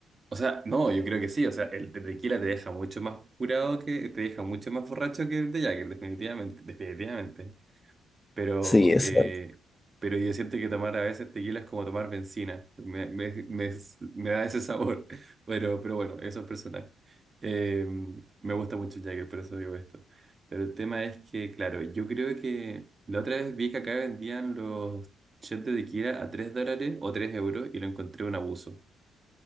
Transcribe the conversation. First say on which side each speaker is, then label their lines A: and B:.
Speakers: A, on the right; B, on the left.
A: O sea, no, yo creo que sí. O sea, el te- tequila te deja mucho más curado que, te deja mucho más borracho que el de Jagger, definitivamente, definitivamente. Pero,
B: Sí, es
A: eh,
B: cierto.
A: pero yo siento que tomar a veces tequila es como tomar benzina. Me, me, me, me da ese sabor. <laughs> Pero, pero bueno, eso es personal. Eh, me gusta mucho el Jagger, por eso digo esto. Pero el tema es que, claro, yo creo que la otra vez vi que acá vendían los shots de tequila a 3 dólares o 3 euros y lo encontré un abuso.